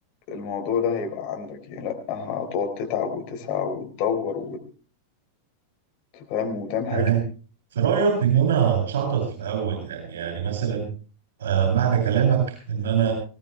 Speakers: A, on the left; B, on the right.
A: الموضوع ده هيبقى عندك يعني لأ هتقعد تتعب وتسعى وتدور وتفهم وتعمل حاجات
B: يعني في رايك ان انا اتشحطط في الاول يعني يعني مثلا آه، معنى كلامك ان انا